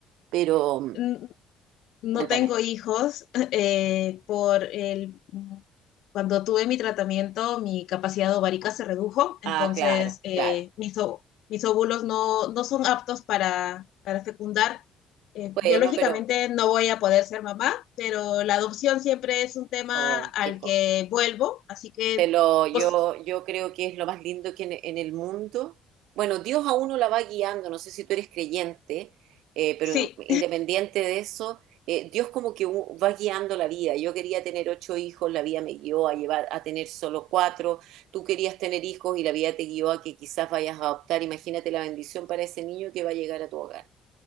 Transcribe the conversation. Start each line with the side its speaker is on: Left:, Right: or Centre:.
Right: pero mm,
Left: Mm, no
Right: cuéntame.
Left: tengo hijos. <laughs> eh, por el, cuando tuve mi tratamiento, mi capacidad ovárica se redujo, entonces
Right: Ah, claro,
Left: eh,
Right: claro.
Left: mis, o- mis óvulos no, no son aptos para, para fecundar. Eh,
Right: Bueno,
Left: biológicamente
Right: pero,
Left: no voy a poder ser mamá, pero la adopción siempre es un tema
Right: ay,
Left: al
Right: qué co-
Left: que vuelvo, así que,
Right: Te lo, yo,
Left: pues
Right: yo creo que es lo más lindo que en, en el mundo. Bueno, Dios a uno la va guiando, no sé si tú eres creyente, eh, pero
Left: sí.
Right: independiente de eso, eh, Dios como que u- va guiando la vida. Yo quería tener ocho hijos, la vida me guió a llevar a tener solo cuatro. Tú querías tener hijos y la vida te guió a que quizás vayas a adoptar. Imagínate la bendición para ese niño que va a llegar a tu hogar.